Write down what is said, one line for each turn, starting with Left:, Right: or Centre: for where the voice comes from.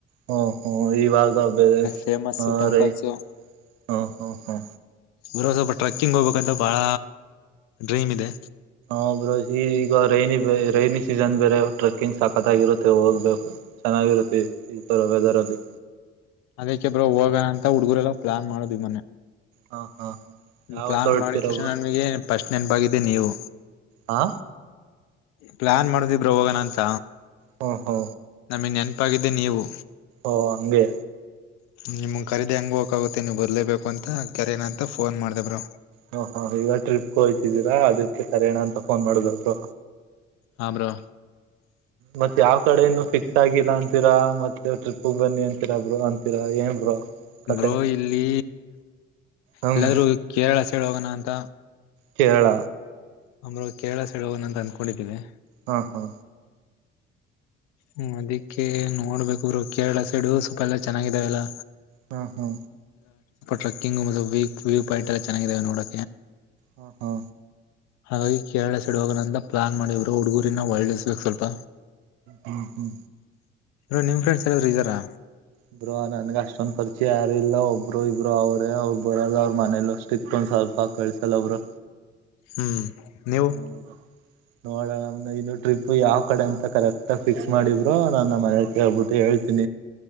Right: ಹಓ ಹ್ಮ ಇವಾಗ ಬೇರೆ
Left: ಫೇಮಸ್
Right: ಹ
Left: ಟೆಂಪಲ್ಸು
Right: ರೈನ್ ಹಾ ಹಾ ಹಾ
Left: ಬ್ರೋ ಸ್ವಲ್ಪ ಟ್ರೆಕ್ಕಿಂಗ್ ಹೋಗ್ಬೇಕಂತ ಬಹಳ ಡ್ರೀಮ್ ಇದೆ
Right: ಹ ಬ್ರೋ ಈಗ ರೈನಿ ರೈನಿ ಸೀಸನ್ ಬೇರೆ ಟ್ರೆಕ್ಕಿಂಗ್ ಸಾಕತ್ಗಿರುತ್ತೆ ಹೋಗ್ಬೇಕು ಚೆನ್ನಾಗಿ ಇರುತ್ತೆ ಈ ತರ ವೇದರಲಿ
Left: ಅದಕ್ಕೆ ಬ್ರ ಹೋಗಣ ಅಂತ ಹುಡ್ಗರೆಲ್ಲ ಪ್ಲಾನ್ ಮಾಡುದವಿ ಮೊನ್ನೆ
Right: ಹ ಹಾ ಹ ಯಾವತ್
Left: ಪ್ಲಾನ್
Right: ಹೊರಡ್ತೀರ
Left: ಮಾಡಿದ ತಕ್ಷಣ
Right: ಬ್ರೋ
Left: ನನಗೆ ಫಸ್ಟ್ ನೆನಪಾಗಿದ್ದ ನೀವು
Right: ಹಾ
Left: ಪ್ಲಾನ್ ಮಾಡುದಬ್ರ ಹೋಗಣ ಅಂತ
Right: ಹಾ ಹಾ
Left: ಆಮೇ ನೆನಪಾಗಿದೆ ನೀವು
Right: ಓ ಹಂಗಗೆ
Left: ನಿಮ್ಗೆ ಖರೀದಿ ಹೆಂಗ ಹೋಗಕ್ಗುತ್ತೆ ನೀವ್ ಬರ್ಲೇಬೇಕು ಅಂತ ಕೆರನ ಅಂತ ಫೋನ್ ಮಾಡ್ದಬ್ರ
Right: ಹಓ ಹ ಈಗ ಟ್ರಿಪ್ಗೆ ಹಯ್ತಿದ್ದೀರಾ ಅದಕ್ಕೆ ಕರಯಣ ಅಂತ ಫೋನ್ ಮಾಡುದ
Left: ಹಾ ಬ್ರೋ
Right: ಮತ್ತೆ ಯಾವ ಕಡೆ ಇನ್ನು ಫಿಕ್ಸ್ ಆಗಿಲ್ಲ ಅಂತಿರಾ ಮತ್ತೆ ಟ್ರಿಪ್ಗ್ ಬನ್ನಿ ಅಂತೀರಾ ಬ್ರೋ ಅಂತರ ಏನ್ ಬ್ರೋ ಕತೆ
Left: ಬೋ ಇಲ್ಲಿ
Right: ಹ್ಮ್
Left: ಎಲ್ಲಾದ್ರೂ ಕೇರಳ ಸಳ್ ಹೋಗೋಣ ಅಂತ
Right: ಕೇರಳ
Left: ಅಮ್ರ ಕೇಳ ಸಡ ಹಣ ಅಂತ ಅಂದಕೊಂಡಿದವಿ
Right: ಹಾ ಹಾ
Left: ಹ್ಮ ಅದಿಕ್ಕೆ ನೋಡ್ಬೇಕುರು ಕೇರಳ ಸೈಡು ಸ್ವಪ ಎಲ್ಲಾ ಚೆನ್ನಾಗಿದಾವೆಲ್ಲ
Right: ಹಾ ಹಾ
Left: ಟ್ರೆಕ್ಕಿಂಗ್ ಮ ವ ವ್ಯೂ ಪಾಯಿಂಟ್ ಎಲ್ಲ ಚೆನ್ನಾಗಿದಾವ ನೋಡೆ
Right: ಹಾ ಹಾ
Left: ಹಾಗಾಗಿ ಕೇರಳ ಸೈಡ್ ಹೋಗಣ ಅಂತ ಪ್ಲಾನ್ ಮಾಡವ್ರು ಹುಡುಗೂರಿನ ಹೊಳ್ಳೆಸಬೇಕು ಸ್ವಲ್ಪ
Right: ಹ್ಮ ಹ್ಮ್
Left: ಇ ನಿಮ್ ಫ್ರೆಂಡ್ಸ್ ಹೇಳಾದ್ರು ಇದ್ದಾರಾ
Right: ಇಬ್ ನನ್ಗ ಅಷ್ಟೊಂದ ಪರಿಚಯ ಯಾರು ಇಲ್ಲ ಒಬ್ರು ಇಬ್ರು ಅವರೇ ಅವ್ರು ಬರೋದು ಅವ್ರ ಮನೇಲ್ಲಷ್ಟಿಕ್ ತ ಸ್ವಲ್ಪ ಕಳ್ಸಲ್ಲ ಅವರು
Left: ಹ್ಮ್ ನೀವು
Right: ಹ್ಮ್ ನೋಡೋಣ ನಮ ಇನ್ನು ಟ್ರಿಪ್ ಯಾವ್ ಕಡೆ ಅಂತ ಕರೆಕ್ಟ್ ಫಿಕ್ಸ್ ಮಾಡಿದಬ್ರೋ ನನ್ನ ಮನೆ ಹೋಗಬಿಟ್ಟು ಹೇಳ್ತಿ